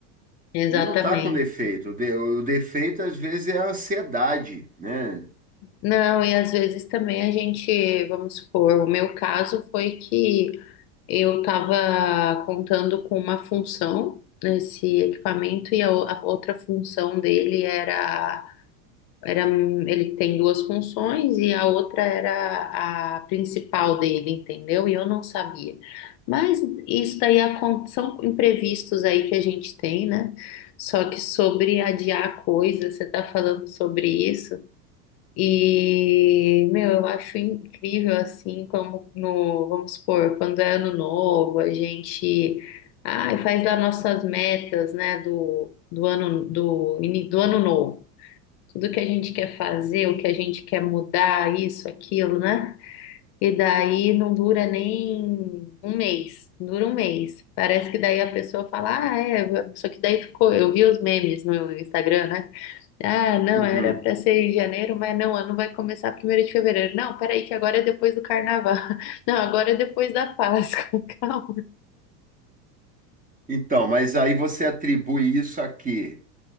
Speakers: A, on the left (about 50°); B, on the right (about 15°).
A: exatamente.
B: E não está com defeito, o, de- o defeito às vezes é a ansiedade, né?
A: Não, e às vezes também a gente, vamos supor, o meu caso foi que eu estava contando com uma função nesse equipamento e a, o- a outra função dele era Era, ele tem duas funções e a outra era a principal dele, entendeu? E eu não sabia. Mas isso daí acon- são imprevistos aí que a gente tem, né? Só que sobre adiar coisas, você tá falando sobre isso. E, meu, eu acho incrível assim como no, vamos supor, quando é ano novo, a gente ai, faz as nossas metas, né, do, do ano do, ini- do ano novo tudo que a gente quer fazer, o que a gente quer mudar, isso, aquilo, né? E daí não dura nem um mês, dura um mês. Parece que daí a pessoa fala, ah, é, só que daí ficou, eu vi os memes no Instagram, né? Ah, não,
B: Uhum.
A: era para ser em janeiro, mas não, o ano vai começar primeiro de fevereiro. Não, peraí, que agora é depois do carnaval. <laughs> Não, agora é depois da Páscoa. <laughs> Calma.
B: Então, mas aí você atribui isso a quê?